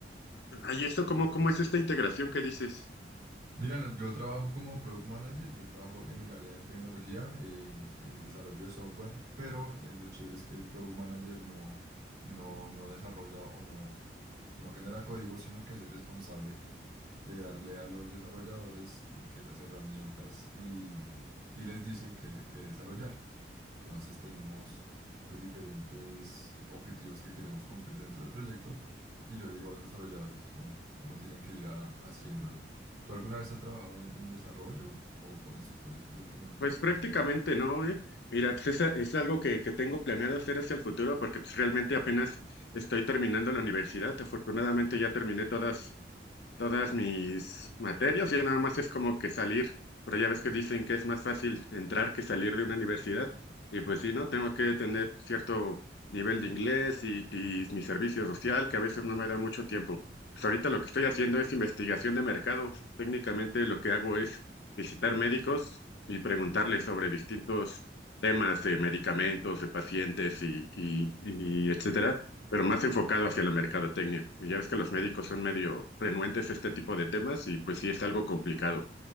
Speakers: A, on the left; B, on the right.
A: Ay, esto cómo, cómo es esta integración que dices?
B: Mira, no, yo trabajo como Product Manager, yo trabajo en el área de tecnología, eh, en desarrollo de software, pero eh, lo chévere es que el Product Manager no, no, no desarrolla o no, no genera código, sino que es el responsable de darle a los desarrolladores como que las herramientas y, y les dice que, que desarrollar. Entonces tenemos pues diferentes objetivos que queremos cumplir dentro del proyecto y yo le digo a los desarrolladores cómo, cómo tienen que ir a- haciéndolo. ¿Tú alguna vez has trabajado en, en desarrollo o con estos proyectos de tecnología?
A: Pues prácticamente, ¿no? eh? Mira, pues esa- es, algo que, que tengo planeado hacer hacia el futuro porque pues, realmente apenas estoy terminando la universidad. Afortunadamente ya terminé todas todas mis materias, ya nada más es como que salir, pero ya ves que dicen que es más fácil entrar que salir de una universidad, y pues sí, ¿no? Tengo que tener cierto nivel de inglés y, y mi servicio social, que a veces no me da mucho tiempo. Pues ahorita lo que estoy haciendo es investigación de mercados. Técnicamente lo que hago es visitar médicos y preguntarles sobre distintos temas de medicamentos, de pacientes y, y y etcétera pero más enfocado hacia la mercadotecnia. Y ya ves que los médicos son medio renuentes a este tipo de temas y pues sí es algo complicado.